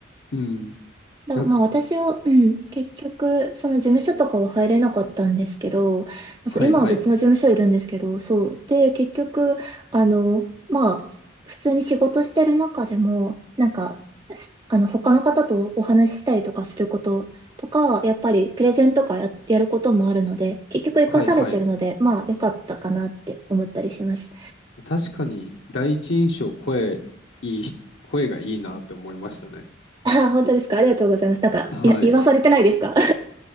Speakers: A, on the left; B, on the right.
A: うん。
B: だ、
A: なんか、
B: まあ私は、うん、結局、その事務所とかは入れなかったんですけど、あそう、
A: はいはい。
B: 今は別の事務所いるんですけど、そう。で、結局、あの、まあ、す普通に仕事してる中でも、なんか、すあの、他の方とお話ししたりとかすることとか、やっぱりプレゼンとかや、やることもあるので、結局活かされてるので、
A: はいはい。
B: まあ、良かったかなって思ったりします。
A: 確かに、第一印象、声、いい、声がいいなって思いましたね。
B: <laughs> あー、本当ですかありがとうございます。なんか、
A: はい。
B: いや、言わされてないですか <laughs>